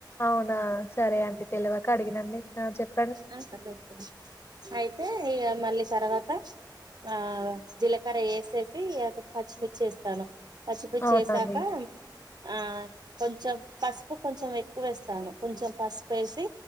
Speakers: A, on the left (about 30°); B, on the right (about 60°).
A: అవునా సరే అండి తెలియక అడిగినండి ఆ చెప్
B: ఆ పర్లేదు పర్లేదు అయితే ఇగా మళ్ళీ తర్వాత ఆ జీలకర్ర వేసేసి అ తర్వాత పచ్చిమిర్చి వేసేస్తాను పసుపు
A: అవునండి.
B: చేసాక ఆ కొన్ చెం పసుపు కొంచెం ఎక్కువేస్తాను కొంచెం పసుపేషీ